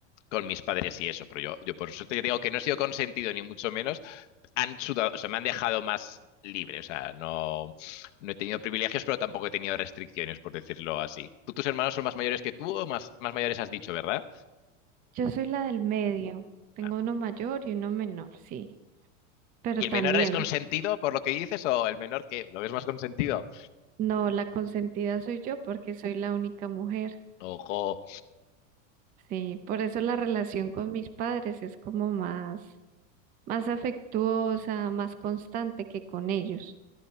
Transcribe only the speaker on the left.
con mis padres y eso, pero yo, yo por suerte digo que no he sido consentido ni mucho menos, han sudado, o sea, me han dejado más libre, o sea, no, no he tenido privilegios, pero tampoco he tenido restricciones, por decirlo así. ¿Tú tus hermanos son más mayores que tú o más, más mayores has dicho, verdad?
Ah.
¿Y
el menor es consentido por lo que dices o el menor que lo ves más consentido?
Ojo.